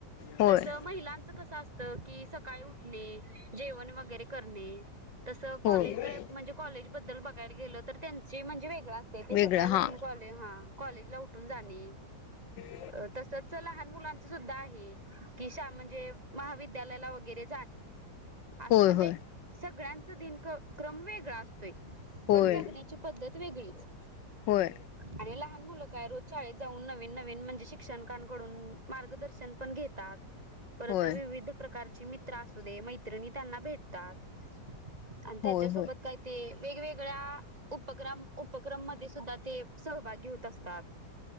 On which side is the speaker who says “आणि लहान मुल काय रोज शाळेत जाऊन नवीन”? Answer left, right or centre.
Right